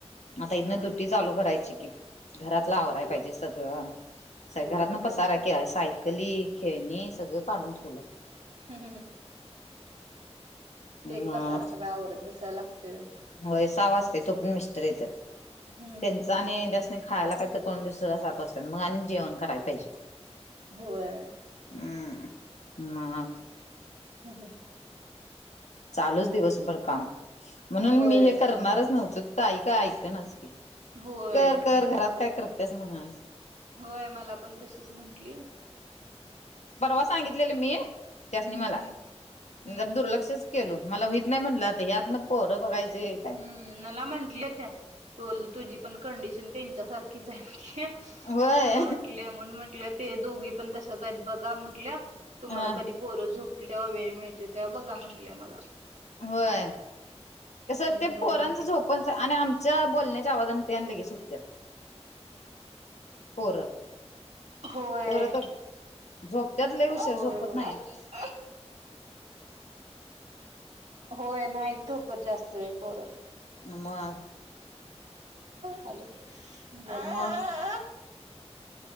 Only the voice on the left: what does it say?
आता इथन
दुटी
चालू करायची की. घरातला आवराय
पाहिजे सगळं.
घरात न पसारा केला. साय कली खेळणी सगळं काढून ठेवल्यातं.
मग
होय. सा वाजतयं. तो पर्यत मिस्टर येत्यात
त्यांचा
आणि त्यासनि खायला काही तर करून देवु स्तोका सात वाजत्यात मग आणि जेवण कराय पाहिजे.
हं. मग.
चालूच दिवसभर काम, म्हणून
मी हे करणारच नव्हतो. ताई काय ऐकनाच की.
कर कर घरात काय करत्यास म्हणाली.
परवा सांगितलेलं मी. त्यासनी
मला
जर दुर्लक्ष केलो. मला व्हित नाही म्हटलं यात न पोरं बघायची.
होय
अ
होय. कस
ते
पोरांचं
झोपचं आणि आम -- च्या बोलण्याच्या आवाजान तेन लगेचं उटत्यात पोर.
पोर तर झोपत्यात लई
उशीर. झोपत नाहीत.
म.
मग